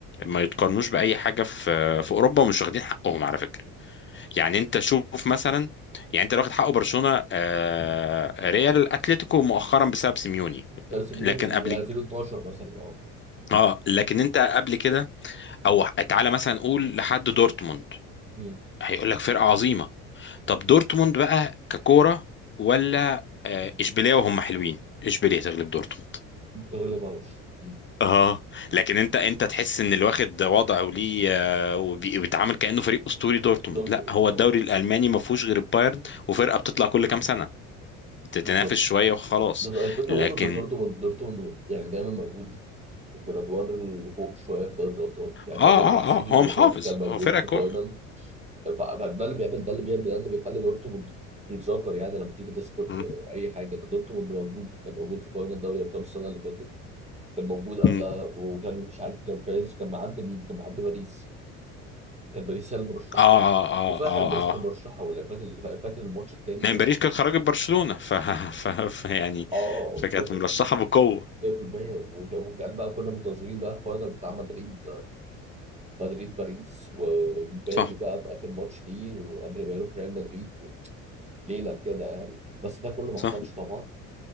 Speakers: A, on the left; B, on the right.
A: ما يتقارنوش باي حاجه في في اوروبا ومش واخدين حقهم على فكره يعني انت شوف مثلا يعني انت لو واخد حقه برشلونه آه، ريال اتلتيكو مؤخرا بسبب سيميوني
B: ده بس بيقولي
A: لكن
B: بال
A: قبل
B: بال 2012 مثلا اه
A: اه لكن انت قبل كده او تعالى مثلا نقول لحد دورتموند
B: مم.
A: هيقول لك فرقه عظيمه طب دورتموند بقى ككوره ولا آه، اشبيليه وهم حلوين اشبيليه تغلب دورتموند
B: تغلب اوش مم.
A: اه لكن انت انت تحس ان اللي واخد وضعه وليه آه، وبي- وبيتعامل كانه فريق اسطوري دورتموند
B: دورتموند
A: لا هو الدوري
B: اه
A: الالماني ما فيهوش غير البايرن وفرقه بتطلع كل كام سنه تتنافس
B: بالظبط
A: شويه وخلاص
B: بس الفكره
A: لكن
B: برضه ان دورتموند دورتموند يعني دايما موجود في الادوار اللي فوق شويه في دوري الابطال يعني
A: اه
B: دايما يعني
A: اه
B: السيزون
A: اه هو
B: اللي
A: محافظ
B: فات كان موجود
A: هو فرقه
B: في
A: كو...
B: فاينل ف- ده اللي بيعمل ده اللي بيعمل ده اللي بيخلي دورتموند يتذكر يعني لما تيجي تذكر
A: مم.
B: اي حاجه دورتموند موجود كان موجود في فاينل دوري ابطال السنه اللي فاتت كان موجود قبلها
A: مم.
B: وكان مش عارف كان فايز كان معدي مين كان معدي باريس كان باريس هي المرشحه
A: اه اه اه
B: وفعلا
A: اه
B: باريس كان
A: اه
B: مرشحه ولا فاكر فاكر الماتش التاني
A: يعني
B: ده
A: باريس كانت خرجت برشلونه ف... ف... ف... يعني
B: اه
A: فكانت
B: وف-
A: مرشحه بقوه
B: 100% وكان وكان بقى كنا منتظرين بقى الفاينل بتاع مدريد مدريد باريس ومبابي
A: صح
B: بقى في اخر ماتش ليه وقبل ما يروح ريال مدريد ليله كده يعني بس ده كله ما
A: صح
B: حصلش طبعا